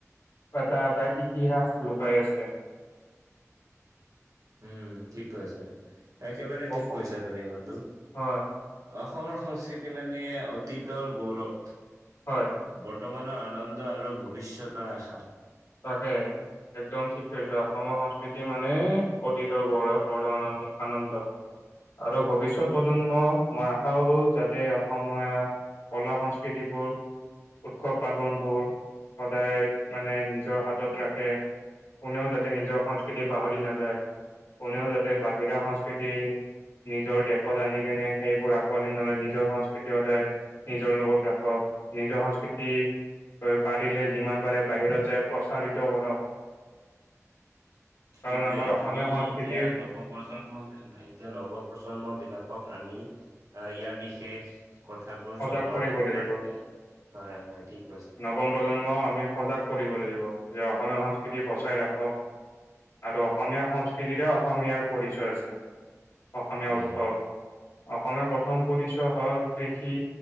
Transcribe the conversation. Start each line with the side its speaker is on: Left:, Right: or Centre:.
Left: এটা এটা ইতিহাস লুকাই আছে।
Right: উম, ঠিক কৈছা। একেবাৰে ঠিক
Left: অস
Right: কৈছা তুমি বন্ধু।
Left: হয়
Right: অসমৰ সংস্কৃতি মানে- মানে অতীতৰ গৌৰৱ।
Left: হয়
Right: বৰ্তমানৰ আনন্দ আৰু ভৱিষ্যতৰ আশা।
Left: তাকে। একদম ঠিক কৈছে। অসমৰ সংস্কৃতি মানে অতীতৰ গৌৰৱ বৰ্তমানৰ আনন্দ। আৰু ভৱিষ্যত প্ৰজন্মক মই আশা কৰো যাতে অসমীয়া- কলা -সংস্কৃতিবোৰ, উৎসৱ পাৰ্বন বোৰ সদায় মানে - নিজৰ হাতত ৰাখে, কোনেও যাতে নিজৰ সংস্কৃতি পাহৰি নাযায়। কোনেও যাতে বাহিৰা সংস্কৃতি- নিজৰ দেশত আনি কেনে সেইবোৰ আঁকোৱালি নলয়, নিজৰ সংস্কৃতি সদায়- নিজৰ লগত ৰাখক, নিজৰ সংস্কৃতি পাৰিলে যিমান পাৰে বাহিৰত যায়- প্ৰচাৰিত কৰক। কাৰণ
Right: সেইটোয়ে।
Left: আমাৰ অসমীয়া
Right: আমি
Left: সংস্কৃতিৰ
Right: এতিয়া নৱ- প্ৰজন্ম, এতিয়া নৱ প্ৰজন্ম বিলাকক আমি আহ ইয়াৰ বিশেষ- কথাবোৰ
Left: সজাগ
Right: জনোৱাতো
Left: কৰিব
Right: আমাৰ
Left: লাগিব
Right: বাবে, হয়, হয় ঠিক কৈছা।
Left: নৱ- প্ৰজন্মক আমি সজাগ কৰিব লাগিব যে অসমীয়া সংস্কৃতি বচাই ৰাখক- আৰু অসমীয়া সংস্কৃতিৰে অসমীয়াৰ পৰিচয় আছে। অসমীয়া
Right: সেইটোৱে
Left: উৎসৱ
Right: সেইটোৱে
Left: অসমীয়া প্ৰথম পৰিচয় হ'ল কৃষি।